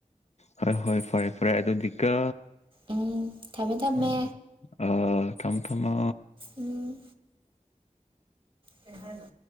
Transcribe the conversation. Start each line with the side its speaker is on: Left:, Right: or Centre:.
Left: ꯍꯣꯏ ꯍꯣꯏ ꯐꯔꯦ ꯐꯔꯦ ꯑꯗꯨꯗꯤꯀꯣ
Right: ꯎꯝ ꯊꯝꯃꯦ ꯊꯝꯃꯦ
Left: ꯑꯥ ꯊꯝꯃꯣ ꯊꯝꯃꯣ
Right: ꯎꯝ ꯀꯩ ꯍꯥꯏꯅꯣ